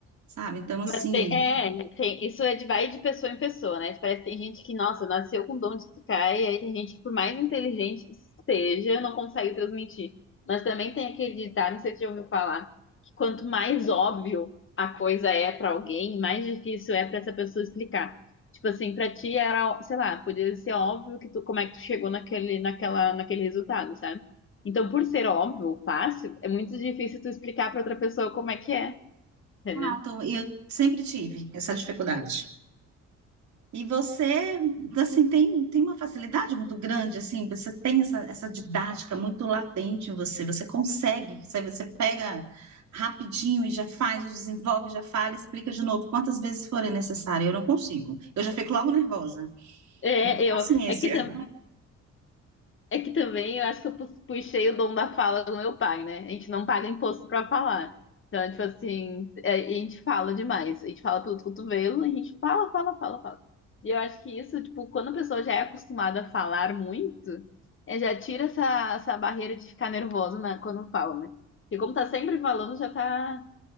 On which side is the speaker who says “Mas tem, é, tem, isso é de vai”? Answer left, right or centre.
Left